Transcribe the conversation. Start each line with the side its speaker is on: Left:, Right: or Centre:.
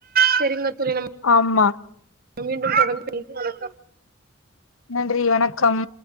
Right: செரிங்க தோழி நம்
Left: ஆமா
Right: மீண்டும் தொடர்ந்து பேச வணக்கம்
Left: நன்றி வணக்கம்